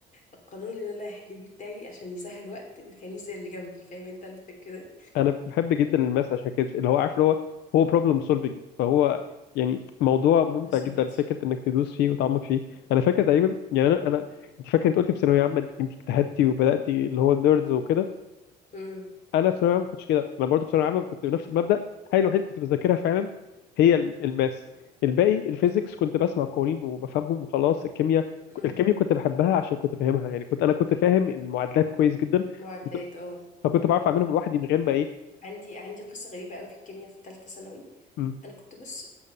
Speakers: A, on the left; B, on the left.
A: القانون اللي انا هحل بيه بتاعي عشان يسهل وقت الخميس زي اللي جنبي فاهم انت الفكره دي
B: انا بحب جدا الماس عشان كده اللي هو عارف اللي هو هو بروبلم سولفنج فهو يعني موضوع ممتع
A: بالظبط
B: جدا فكره انك تدوس فيه وتعمق فيه انا فاكر تقريبا يعني انا انا انت فاكر انت قلتي في ثانويه عامه انت انت اجتهدتي وبداتي اللي هو النيردز وكده
A: امم
B: انا في ثانويه عامه ما كنتش كده انا برضه في ثانويه عامه كنت بنفس المبدا الحاجه الوحيده اللي كنت بذاكرها فعلا هي ال- الماس الباقي الفيزيكس
A: امم
B: كنت بسمع قوانين وبفهمهم وخلاص الكيمياء
A: امم
B: الكيمياء كنت بحبها عشان كنت فاهمها يعني كنت انا كنت فاهم المعادلات كويس جدا
A: المعادلات
B: كنت-
A: اه
B: فكنت بعرف اعملهم لوحدي من غير ما ايه
A: عندي عندي قصه غريبه قوي في الكيمياء في ثالثه ثانوي
B: مم.
A: انا كنت بص